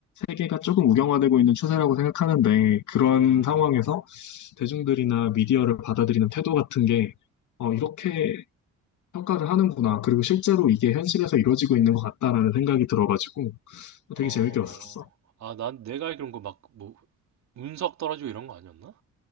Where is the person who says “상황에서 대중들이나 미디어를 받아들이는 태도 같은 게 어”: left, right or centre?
Left